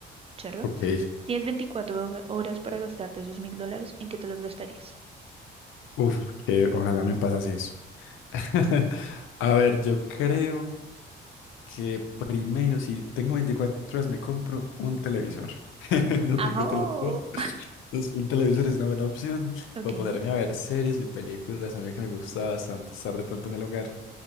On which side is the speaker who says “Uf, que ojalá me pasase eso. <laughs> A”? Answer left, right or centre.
Left